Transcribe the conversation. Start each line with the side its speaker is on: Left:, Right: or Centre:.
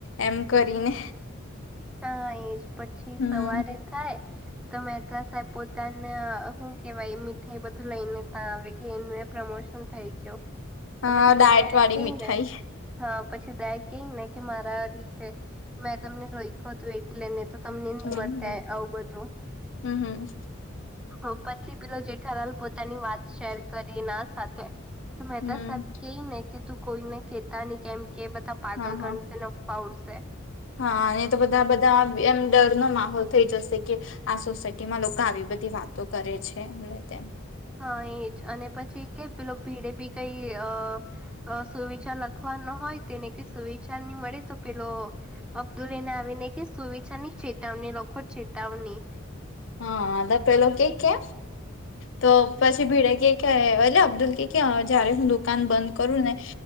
Left: એમ કરીને.
Centre: હા એજ પછી
Left: હમ
Centre: સવારે ખાય ત મહેતા સાહેબ પોતાન હું કેવાય મીઠાઈ બધું લઈ ને ત આવે કે એનું એમ પ્રમોશન થઈ ગ્યો. તો
Left: હા
Centre: પછી પેલા
Left: ડાયટ
Centre: એમ
Left: વાળી
Centre: કેયને
Left: મીઠાઈ
Centre: હા, પછી દયા કેયને કે મારા લીધે મે તમને રોયકો તો એટ એટલે ને તો તમને ની
Left: હમ
Centre: મળતે આવું બધું.
Left: હમ હમ
Centre: ઉપરથી પેલો જેઠાલાલ પોતાની વાત શેર કરે ના સાથે. તો મહેતા
Left: હમ
Centre: સાહેબ કેય ને કે તું કોઈને કેતા ની કેમ કે એ બધા પાગલ
Left: હા
Centre: ગણશે
Left: હા
Centre: ન અફવા ઉડશે.
Left: હા એ તો બધા બધા એમ ડરનો માહોલ થઈ જશે કે આ સોસાયટીમાં લોકો આવી બધી વાતો કરે છે ને તેમ
Centre: હા એ જ અને પછી કે પેલો ભીડે ભી કઈ અ <unintelligible> સુવિચાર લખવાનો હોય તેને કે સુવિચાર ની મળે તો પેલો અબ્દુલને આવીને કે સુવિચારની ચેતવણી લખો ચેતાવણી
Left: હા ને પેલો કે કે તો પછી ભીડા કે કે એ અબ્દુલ કે જયારે હું દુકાન બંધ કરું ને